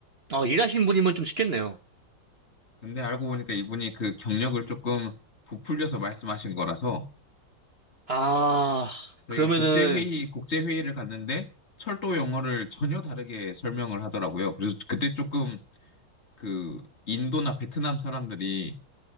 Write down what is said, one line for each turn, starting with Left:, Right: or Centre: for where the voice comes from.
Right: 어, 일하시는 분이면 좀 쉽겠네요.
Left: 근데 알고 보니까 이분이 그 경력을 조금 부풀려서 말씀하신 거라서
Right: 아,
Left: 저희가
Right: 그러면은,
Left: 국제회의, 국제회의를 갔는데 철도 영어를 전혀 다르게 설명을 하더라고요. 그래서 그때 조금 그 인도나 베트남 사람들이